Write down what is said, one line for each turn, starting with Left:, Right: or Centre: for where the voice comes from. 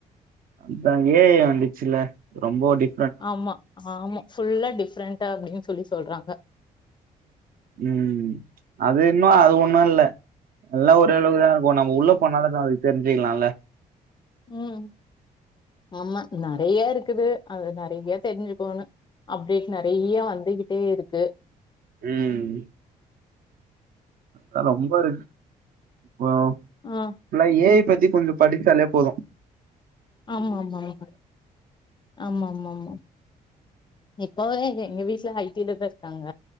Right: அதா எ ஐ வந்துச்சுல ரொம்போ அ
Left: ஆமா ஆம்மோ ஃபுல்லா டிஃப்ரெண்ட்டா அப்டின்னு சொல்லி சொல்றாங்க
Right: உம் அது இன்னோ அது ஒன்னோ இல்ல எல்லா ஒரே அளவுக்குதா இருக்கோ நம்ம உள்ள போனாதா <inaudible> தெரிஞ்கிலால
Left: உம் ஆமா நெறைய இருக்குது அது நெறைய தெரிஞ்சுக்கோங்க அப்டேட் நெறைய வந்துக்கிட்டே இருக்கு
Right: உம் தா ரொம்ப ரிஸ்க் ஓ
Left: ஆ
Right: ஃபுல்லா எ ஐ பதி கொஞ்சோ படிச்சாலே போதோ
Left: ஆமா ஆமா ஆமா ஆமா ஆமா ஆமா இப்பவே எங்க வீட்டுல ஐ டி லதா இருக்காங்க